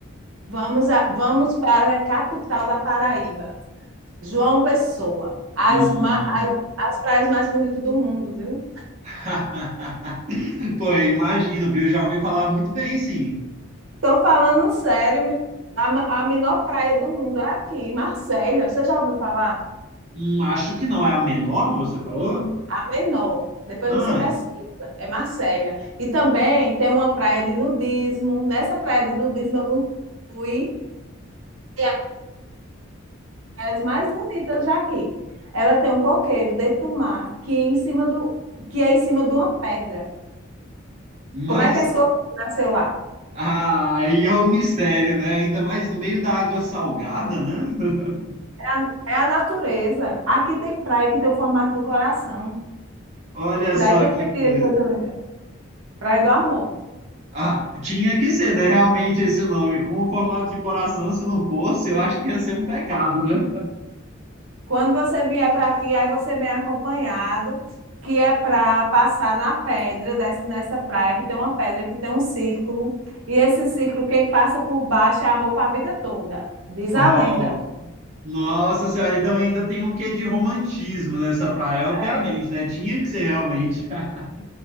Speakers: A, on the right; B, on the right.
A: Vamos, a- vamos para a capital da Paraíba. João Pessoa. As,
B: Hum.
A: ma- a- as praias mais bonitas do mundo, viu?
B: <laughs> Pô, eu imagino, viu? Já ouvi falar muito bem, sim.
A: Estou falando sério, me- a, ma- a menor praia do mundo é aqui, Marsella. Você já ouviu falar?
B: Hum, acho que não é a menor, você falou?
A: A menor. Depois
B: Ah,
A: você pesquisa. É Marsella. E também tem uma praia de nudismo. Nessa praia de nudismo eu não fui. E é as mais bonitas já aqui. Ela tem um coqueiro dentro do mar que é em cima do que é em cima de uma pedra.
B: mas
A: Como é que esse coqueiro nasceu lá?
B: ah, aí é o mistério, né? Ainda mais no meio da água salgada, né? <laughs>
A: É a, é a natureza. Aqui tem praia que tem o formato do coração.
B: Olha
A: Daí
B: só
A: você
B: que
A: tira
B: coisa.
A: que coisa linda. Praia do Amor.
B: Ah, tinha que ser, né? Realmente esse nome. Com o formato de coração, se não fosse, eu acho que ia ser um pecado, né?
A: Quando você vier para aqui, aí você vem acompanhado, que é para passar na pedra, dessa nessa praia, que tem uma pedra, que tem um círculo. E esse círculo, quem passa por baixo é amor para a vida toda, diz
B: Oh,
A: a lenda.
B: nossa senhora, então ainda tem um quê de romantismo nessa praia, obviamente,
A: É.
B: né? Tinha que ser realmente. <laughs>